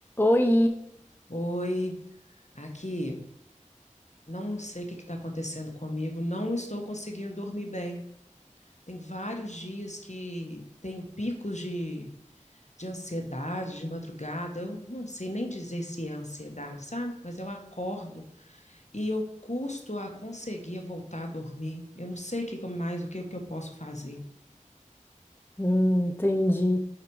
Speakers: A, on the left; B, on the left.
A: Oi,
B: Oi, aqui. Não sei o que está acontecendo comigo, não estou conseguindo dormir bem. Tem vários dias que tenho picos de, de ansiedade de madrugada. Eu não sei nem dizer se é ansiedade, sabe? Mas eu acordo e eu custo a conseguir voltar a dormir. Eu não sei o que que eu mais, o que, que eu posso fazer.
A: Hum, entendi.